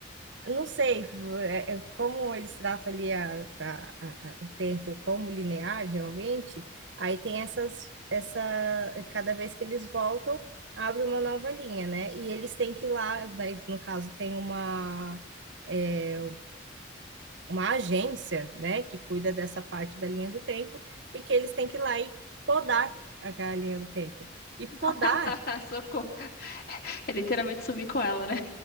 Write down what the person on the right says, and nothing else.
eu não sei é- é como eles tratam ali a- a- a- a- o tempo como linear realmente, aí tem essas, essa, cada vez que eles voltam, abre uma nova linha, né? E eles têm que ir lá, daí, no caso, tem uma, é, uma agência, né, que cuida dessa parte da linha do tempo, e que eles têm que ir lá e podar aquela linha do tempo. E podar